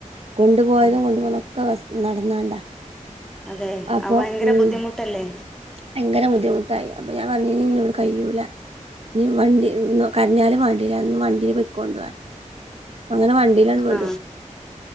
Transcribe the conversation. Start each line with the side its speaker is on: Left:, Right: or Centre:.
Right: കൊണ്ട് പോയതും
Centre: അതെ
Right: കൊണ്ട് പോന്നതൊക്കെ പസ് നടന്നാണ്ടാ.
Centre: അതെ
Right: അപ്പൊ
Centre: അത് ഭയങ്കര
Right: ഉം
Centre: ബുദ്ധിമുട്ടല്ലേ.
Right: ഭയങ്കര ബുദ്ധിമുട്ടായി അപ്പൊ ഞാൻ പറഞ്ഞിനി ഇന്നോട് കഴിയൂല. ഇഞ് വണ്ടി കരഞ്ഞാലും വാണ്ടില ഇന്ന് വണ്ടില് പോയ്ക്കൊണ്ടു പറ്ഞ്ഞു അങ്ങനെ വണ്ടി. ണ്ടിലാൻണ്ട് വിടും
Centre: ആ